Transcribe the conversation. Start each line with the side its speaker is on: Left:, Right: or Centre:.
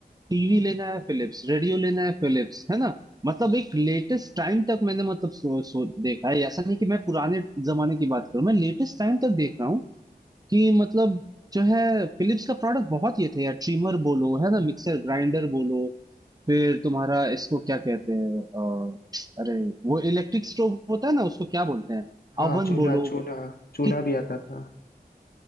Right: टीवी लेना है फिलिप्स रेडियो लेना है फिलिप्स है ना मतलब एक लेटेस्ट टाइम तक मैंने मतलब सो, सो देखा है ऐसा नहीं कि मैं पुराने जमाने की बात करूं मैं लेटेस्ट टाइम तक देख रहा हूँ कि मतलब जो है फिलिप्स का प्रोडक्ट बहुत ये थे यार ट्रिमर बोलो है ना मिक्सर ग्राइंडर बोलो फिर तुम्हारा इसको क्या कहते हैं अ, अरे वो इलेक्ट्रिक स्टोव होता है ना उसको क्या बोलते हैं
Left: हाँ
Right: अवन
Left: चूल्हा
Right: बोलो
Left: चूल्हा चूल्हा
Right: कि
Left: भी आता था